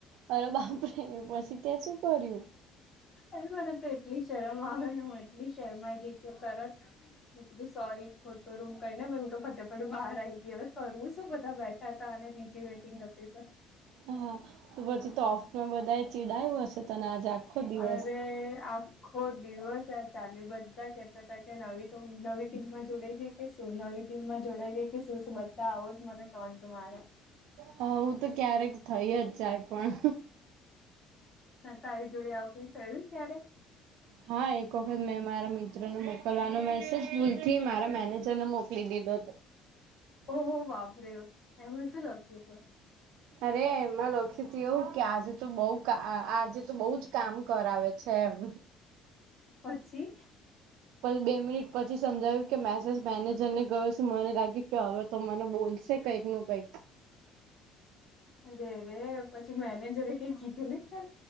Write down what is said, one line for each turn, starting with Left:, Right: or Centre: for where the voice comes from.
Right: અરે બાપરે પછી ત્યાં શું કર્યું
Left: અને મને તો એટલી શરમ આવે ને હું એટલી શરમાઈ ગઈ કે તત મે કીધું સોરી ખોટો રૂમ કઈ ને હું તો ફતે પણ બહાર આવી ગઈ હવે કરવું શું બધા બેઠા હતા અને બીજી વેટિંગ હતી તો
Right: હા તો પછી તો ઓફિસમાં બધા ચીડાયું હશે તને આજે આખો દિવસ
Left: અરે આ હો દિવસ ચા બધા કેતા હતા કે નવી નવી ટીમમાં જોડાય ગઈ એ શું નવી ટીમમાં જોડાઈ ગઈ કે શું બધા આવોજ મને ટોન તુ મારે
Right: હા હું તો ક્યારેક થઈ જ જાય પણ
Left: તારી જોડે આવું કઈ થયું ક્યારે
Right: હા એક વખત મેં મારા મિત્રને મોકલવાનો મેસેજ ભૂલથી મારા મેનેજર ને મોકલી દીધો
Left: ઓહ વાબરે્યો એ મ લાગતી હતું
Right: અરે એમાં લોખીજી એવું કે આજે તો બહ આજે તો બહુ જ કામ કરાવે છે એમ
Left: પછી
Right: પછી બે મિનિટ પછી સમજાયું કે મેસેજ મેનેજર ને ગયો છેું મને લાગ્યું કે હવે તો મને બોલશે કંઈક નું કંઈક
Left: અરે રે પછી મેનેજરે કઈ કીધું નને તને